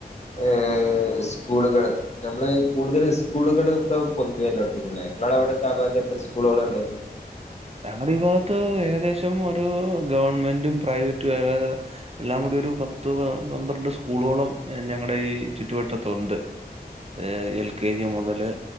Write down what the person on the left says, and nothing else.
ഏഹ് സ്കൂളുകള് നമ്മള് കൂടുതൽ സ്കൂളുകള്. ക്കെ പൊന്തി വര്ല്ലൊട്ത്തിക്ക്ണ്ലെ ഇങ്ങളഉടെക്കെ ആബാത്ത് എത്ര സ്കൂളുകൾണ്ട്.